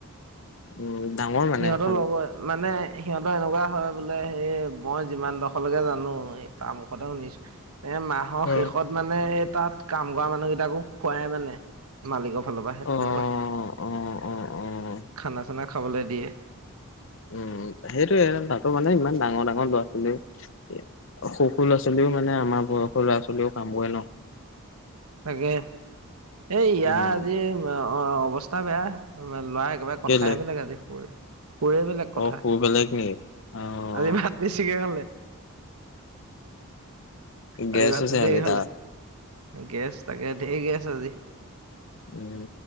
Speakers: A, on the left (about 60°); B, on the right (about 85°).
A: উম ডাঙৰ মানে
B: সিহঁতৰ
A: এখন
B: লগৱে মানে সিহঁতৰ এনেকুৱা হয় বোলে সেই মই যিমান ডোখৰলৈকে জানো কাম কথা শুনিছো এ মাহৰ
A: অ
B: শেষত মানে তাত কাম কৰা মানুহ কেইটাকো খোৱাই মানে মালিকক ফালৰ পৰা, সে
A: অ',
B: তেনেকুৱা,
A: অ', অ', অ',
B: খানা চানা খাবলৈ দিয়ে
A: উম সেইটোয়ে তাতো মানে ইমান ডাঙৰ ডাঙৰ ল'ৰা ছোৱালী অ সুখ ল'ৰা ছোৱালীও মানে আমাৰ বয়সৰ ল'ৰা ছোৱালীও কাম ন?
B: তাকে এই ইয়াৰ
A: উম,
B: আজি অৱস্থা বেয়া লৰা একেবাৰে কথাই
A: কেলে
B: বেলেগ আজি সুৰে বেলেগ কথা
A: অ সু বেলেগ নেকি? অ',
B: আজি ভাত বেজিকে খালে?
A: গেছ
B: আজি ভাতটো
A: হৈছে
B: ধেৰ
A: আজি
B: খালে
A: তাৰ।
B: গেছ তাকে ধেই গেছ আজি
A: উম